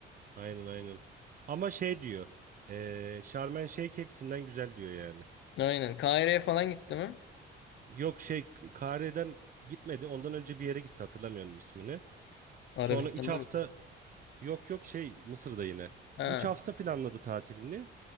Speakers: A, on the right (about 45°); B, on the left (about 70°).
A: Aynen aynen. Ama şey diyor. Eee Şarm El Şeyh hepsinden güzel diyor yani.
B: Aynen. Kahire'ye falan gitti mi?
A: Yok şey Kahire'den gitmedi. Ondan önce bir yere gitti hatırlamıyorum ismini.
B: Arabistan'da
A: Sonra üç hafta
B: mı?
A: yok yok şey Mısır'da yine.
B: Ha.
A: 3 hafta planladı tatilini.